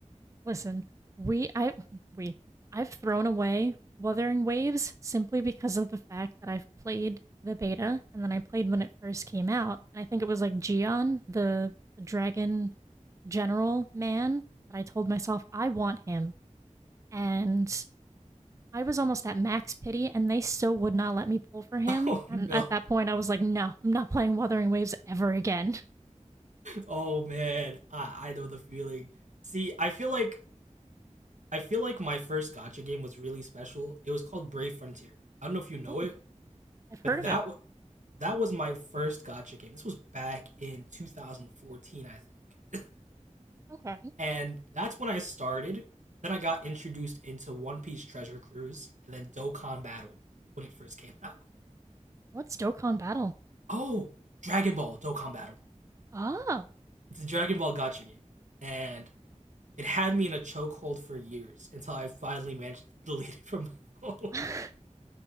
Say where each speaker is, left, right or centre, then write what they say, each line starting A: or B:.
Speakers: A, on the right; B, on the right.
A: Listen, we I we I've thrown away Wuthering Waves simply because of the fact that I've played the beta and then I played when it first came out. And I think it was like Gion, the, the dragon general man, that I told myself I want him. And I was almost at max pity and they still would not let me pull for him.
B: <laughs> Oh no.
A: And at that point I was like, no, I'm not playing Wuthering Waves ever again.
B: Oh man. I I know the feeling. See, I feel like I feel like my first gotcha game was really special. It was called Brave Frontier. I don't know if you know
A: Oh,
B: it,
A: I've
B: but
A: heard of
B: that
A: it.
B: was that was my first gotcha game. This was back in 2014, I think.
A: Okay.
B: and that's when I started. Then I got introduced into One Piece Treasure Cruise, and then Dokkan Battle when it first came out.
A: What's Dokkan Battle?
B: Oh, Dragon Ball Dokkan Battle.
A: Oh.
B: It's a Dragon Ball Gotcha game, and it had me in a chokehold for years until I finally managed to <laughs> delete it from my phone.
A: <laughs>
B: <laughs>